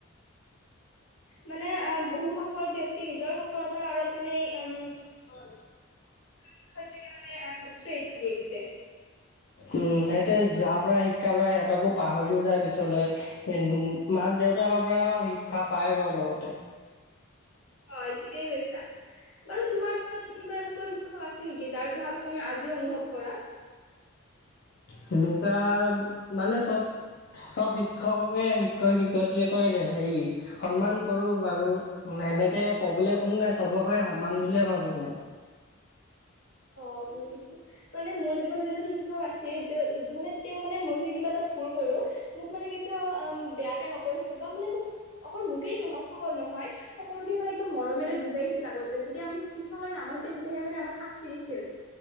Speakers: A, on the left; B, on the left.
A: মানে অ' বহু সফল ব্যক্তি নিজৰ সফলতাৰ আঁৰত মানে উম
B: <inaudible>
A: শিক্ষয়িত্ৰীকে মানে উম, শ্ৰেয়টো দিয়ে গোটেই
B: উম, সিহঁতে যাৰ পৰা শিক্ষা লয় সিহঁতকো পাহৰিও যায় পিছলৈ। উম-ম মাক দেউতা পৰা শিক্ষা পায় বাৰু লগতে।
A: হয়, ঠিকেই কৈছা। বাৰু তোমাৰ স্কুলত কোনোবা এনেকুৱা শিক্ষক আছে নেকি যাৰ প্ৰভাৱ তুমি আজি আজিও অনুভৱ কৰা?
B: সেনেকুৱা মানে চব চব শিক্ষককে শিক্ষক শিক্ষয়িত্ৰীক হেৰি সন্মান কৰো বাৰু। সেনেকে ক'বলৈ কোনো নাই। চবকে সমান বুলিয়ে ভাবো মই।
A: অ', বুজিছো। মানে মোৰ জীৱনত এজন শিক্ষক আছিল যে মানে তেওঁ মানে মই যে কিবা এটা ভুল কৰো। মোক মানে কেতিয়া বেয়াকে নকৈছিল বা মানে মোক অকল মোকেই নহওঁক সকলোৰে হয় সকলোকে মানে একদম মৰমেৰে বুজাইছিল। আগতে যদি আমি পিছলৈ নামানো তেন্তেহে মানে আমাক শাস্তিয়ে দিছিল।